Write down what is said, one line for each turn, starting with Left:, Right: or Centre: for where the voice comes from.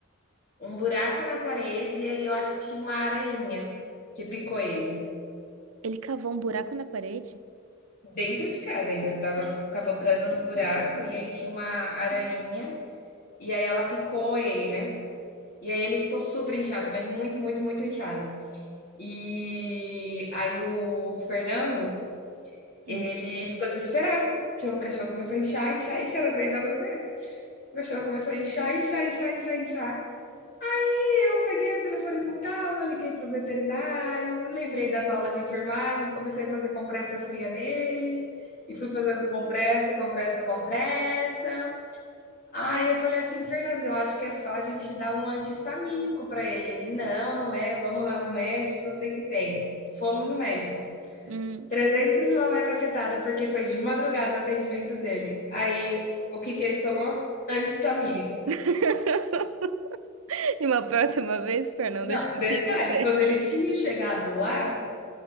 Left: um buraco na parede e aí eu acho que tinha uma aranha que picou ele.
Right: Ele cavou um buraco na parede?
Left: Dentro de casa ainda, Tava cavocando no buraco e aí tinha uma aranha. E aí ela picou ele, né? E aí ele ficou super inchado, mas muito, muito, muito inchado. E aí o Fernando, ele
Right: Hum.
Left: ficou desesperado, porque o cachorro começou a inchar, inchar, isso era três horas e meia. O cachorro começou a inchar, inchar, inchar, inchar, inchar. E eu peguei o telefone com calma, liguei pro veterinário, lembrei das aulas de enfermagem, comecei a fazer compressa fria nele, e fui fazendo compressa, compressa, compressa. Aí eu falei assim, Fernando, eu acho que é só a gente dar um anti-histamínico para ele. Ele, não, não é, vamos lá no médico, não sei o que tem. Fomos no médico.
Right: Hum.
Left: 300 e lá vai cacetada, porque foi de madrugada o atendimento dele. Aí, o que que ele tomou? Anti-histamínico.
Right: <laughs> E uma próxima vez, Fernanda,
Left: Não,
Right: acho que eu
Left: detalhe,
Right: confio em você.
Left: quando ele tinha chegado lá,